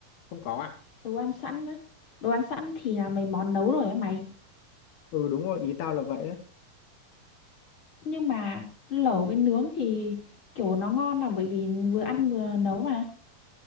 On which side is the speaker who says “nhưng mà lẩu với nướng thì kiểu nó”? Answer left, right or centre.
Left